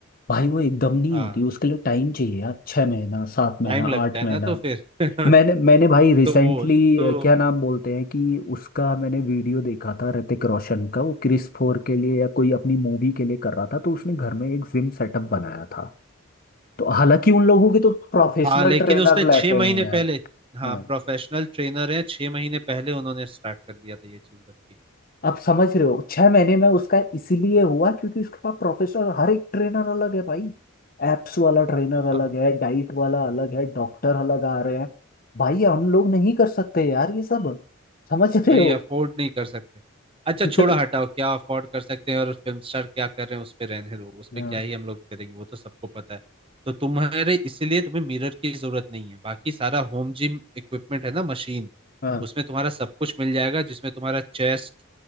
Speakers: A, on the left; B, on the right.
A: भाई वो एकदम नहीं
B: हाँ
A: होती उसके लिए टाइम चाहिए यार छः महीना सात महीना
B: टाइम लगता
A: आठ
B: है
A: महीना
B: ना तो फिर <laughs>
A: मैंने मैंने भाई रिसेंटली
B: तो वो तो
A: क्या नाम बोलते हैं कि उसका मैंने वीडियो देखा था ऋतिक रोशन का वो क्रिस फोर के लिए या कोई अपनी मूवी के लिए कर रहा था तो उसने घर में एक जिम सेटअप बनाया था तो हालांकि उन लोगों के तो प्रोफेशनल
B: हाँ लेकिन
A: ट्रेनर
B: उसने
A: लेते
B: छह महीने
A: हैं यार
B: पहले हाँ
A: हाँ
B: प्रोफेशनल ट्रेनर है छह महीने पहले उन्होंने स्टार्ट कर दिया था ये चीज बच्ची
A: आप समझ रहे हो छह महीने में उसका इसीलिए हुआ क्योंकि उसके पास प्रोफेशनल हर एक ट्रेनर अलग है भाई एप्स वाला ट्रेनर
B: हाँ
A: अलग है डाइट वाला अलग है डॉक्टर अलग आ रहे हैं भाई हम लोग नहीं कर सकते यार ये सब समझ रहे
B: वही
A: हो
B: अफोर्ड नहीं कर सकते अच्छा
A: इधर
B: छोड़ो हटाओ क्या अफोर्ड कर सकते हैं और फिल्म स्टार क्या कर रहे हैं उस पे रहने दो उस
A: हाँ
B: पे क्या ही हम लोग करेंगे वो तो सबको पता है तो तुम्हारे इसीलिए तुम्हें मिरर की जरूरत नहीं है बाकी सारा होम जिम इक्विपमेंट है ना मशीन
A: हाँ
B: उसमें तुम्हारा सब कुछ मिल जाएगा जिसमें तुम्हारा चेस्ट